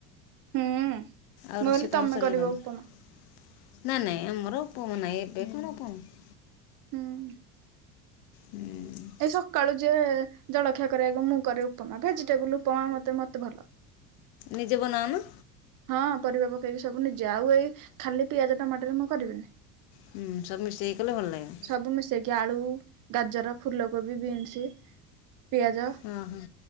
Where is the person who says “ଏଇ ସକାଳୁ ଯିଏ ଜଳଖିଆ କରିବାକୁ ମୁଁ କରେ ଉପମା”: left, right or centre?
Right